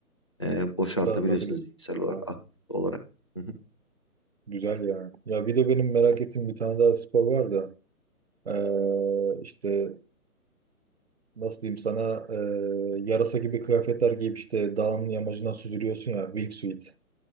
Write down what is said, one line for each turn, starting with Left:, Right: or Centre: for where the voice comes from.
Left: e, boşaltabiliyorsunuz
Right: Dağıtabilir.
Left: zihinsel olarak,
Right: Aa,
Left: aktif olarak. Hı hı.
Right: güzel yani. Ya bir de benim merak ettiğim bir tane daha spor var da eee, işte nasıl diyeyim sana e, yarasa gibi kıyafetler giyip işte dağın yamacından süzülüyorsun ya wingsuit.